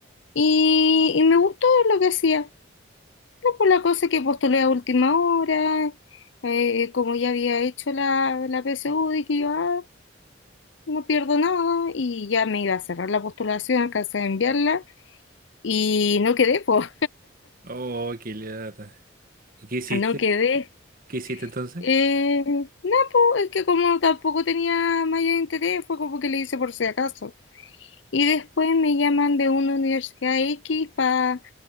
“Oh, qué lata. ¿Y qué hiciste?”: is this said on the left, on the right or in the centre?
Right